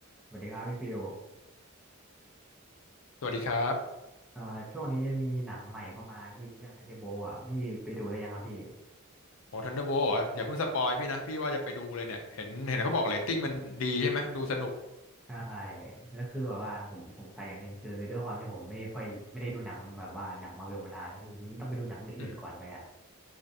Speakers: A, in the centre; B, on the left.
A: สวัสดีครับพี่ฟิว
B: สวัสดีครับ
A: เอ่อช่วงนี้มีหนังใหม่เข้ามาพี่เรื่องทันเดอร์โบอ่ะพี่ไปดูแล้วยังครับพี่
B: โอ้ทันเดอร์โบเหรออย่าเพิ่งสปอยพี่นะพี่ว่าจะไปดูเลยเนี่ยเห็นเห็นเขาบอกเรตติ้งมันดีใช่ไหมดูสนุก
A: ใช่แล้วคือแบบว่าผมสงสัยอย่างหนึ่งคือด้วยความที่ผมไม่ได้ค่อยไม่ได้ดูหนังแบบว่าหนังมาร์เวลมานานแล้วพี่มันต้องไปดูหนังเรื่องอื่นก่อนไหมอ่ะ
B: อืม